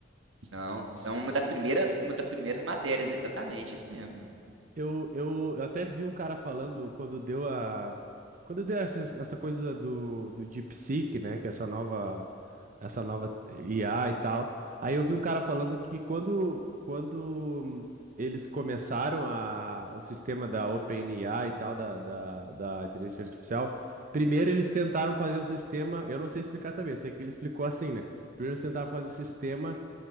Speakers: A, on the right; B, on the right.
A: são, são uma das primeiras, uma das primeiras matérias, exatamente, isso mesmo.
B: Eu, eu, eu até vi um cara falando quando deu a. Quando deu essa, essa coisa do, do DeepSeek, né? Que é essa nova, essa nova IA e tal. Aí eu vi um cara falando que quando, quando eles começaram a, o sistema da OpenAI e tal, da, da, da inteligência artificial, primeiro eles tentaram fazer o sistema. Eu não sei explicar também, eu sei que ele explicou assim, né? Primeiro eles tentaram fazer o sistema